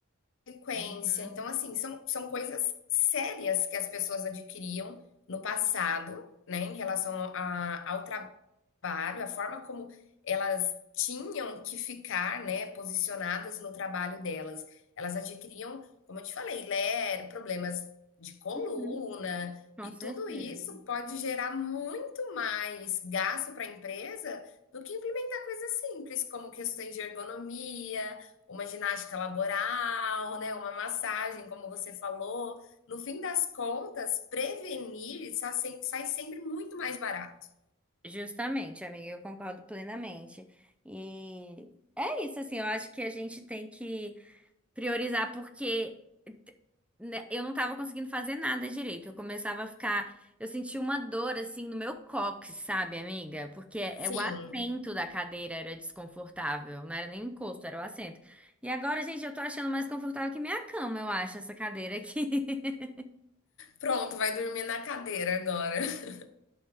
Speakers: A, on the left; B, in the centre.
A: consequência.
B: Uhum.
A: Então, assim, são, são coisas sérias que as pessoas adquiriam no passado, né, em relação a- ao trabalho trabalho, a forma como elas tinham que ficar, né, posicionadas no trabalho delas. Elas adquiriam, como eu te falei, LER, problemas de coluna,
B: Hum, Com
A: e
B: certeza.
A: tudo isso pode gerar muito mais gasto para a empresa do que implementar coisas simples, como questões de ergonomia, uma ginástica laboral, né, uma massagem, como você falou. No fim das contas, prevenir sai sempre muito mais barato.
B: Justamente, amiga, eu concordo plenamente. E é isso, assim, eu acho que a gente tem que priorizar, porque né, eu não tava conseguindo fazer nada direito. Eu começava a ficar. Eu senti uma dor, assim, no meu cóccix, sabe, amiga? Porque é,
A: Sim,
B: o assento da cadeira era desconfortável, não era nem o encosto, era o assento. E agora, gente, eu tô achando mais confortável que minha cama, eu acho, essa cadeira aqui. <laughs>
A: Pronto, vai dormir na cadeira agora. <laughs>